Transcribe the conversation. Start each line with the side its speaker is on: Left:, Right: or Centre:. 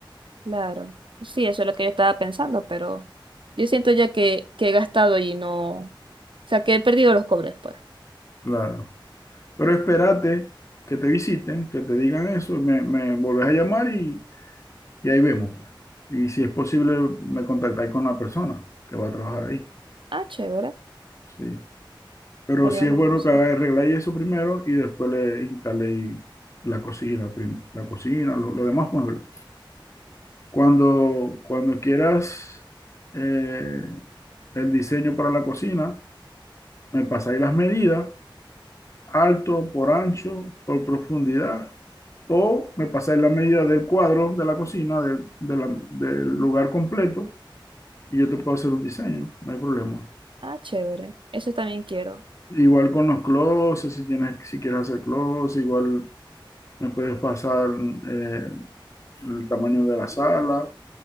Right: claro. Sí, eso es lo que yo estaba pensando, pero yo siento ya que, que he gastado y no, o sea, que he perdido los cobres, pues.
Left: claro. Pero espérate que te visiten, que te digan eso, y me, me volvés a llamar y, y ahí vemos, pues. Y si es posible, me contactáis con la persona que va a trabajar ahí.
Right: Ah, chévere,
Left: Sí. Pero
Right: estaría
Left: sí
Right: bueno
Left: es bueno
Right: eso.
Left: que haga arreglar eso primero y después le instale la cocina, prim- la cocina, lo, lo demás muebles. Cuando, cuando quieras eh, el diseño para la cocina, me pasáis las medidas, alto, por ancho, por profundidad, o me pasáis las medidas del cuadro de la cocina, del de la- del lugar completo, y yo te puedo hacer un diseño, no hay problema.
Right: Ah, chévere, eso también quiero.
Left: Igual con los closets, si tienes, si quieres hacer closets, igual me puedes pasar eh, el tamaño de la sala